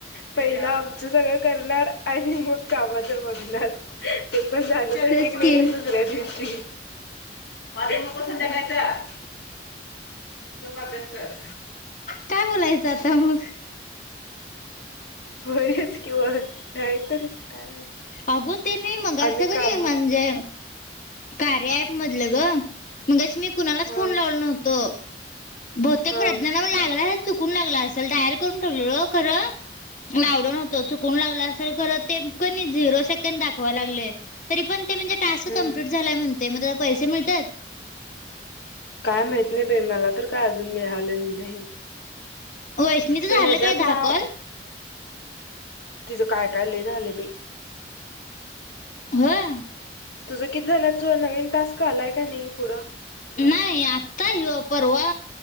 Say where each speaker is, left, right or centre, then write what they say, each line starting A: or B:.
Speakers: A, on the left; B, on the left.
A: पहिलं आमचं सगळं करणार आणि मग कामाच बघणार. ते पण झालं तर
B: तेच
A: ठिक नाय
B: की
A: तर दुसऱ्या दिवशी. मागू नको संध्याकाळच गप्प अभ्यास कर.
B: काय बोलायचं आता मग.
A: होयच की मग नाही तरीच काय?
B: अग ते मी मघाच
A: आम्ही
B: कनी
A: काम
B: म्हणजे.. कार्या ॲप मधलं ग मगाशी मी कुणालाच
A: हा
B: फोन लावलो नव्हतो. बहुतेक
A: हा
B: प्रज्ञाला मग लागला अस चुकून लागला असेल डायल करून ठेवलेल खरं. लावलो नव्हतो चुकून लागला असेल खरं ते क नी झिरो सेकंद दाखवा लागलय. तरी पण ते म्हणजे टास्क
A: हम्म
B: कंप्लीट झाला म्हणते मग त्याला पैसे मिळत्यात?
A: काय माहीत नाही बाई मला तर काय अजून मिळालेलं नाही.
B: वैष्णीच
A: ते
B: झालं
A: ह्याच्यात
B: काय दहा
A: नाव.
B: कॉल
A: तिचं काय काय लय झालंय बाई.
B: होय.
A: तुझं किती झाल्यात नवीन टास्क आलाय का नाही पुढं?
B: नाही. नाही आत्ता ह्यो परवा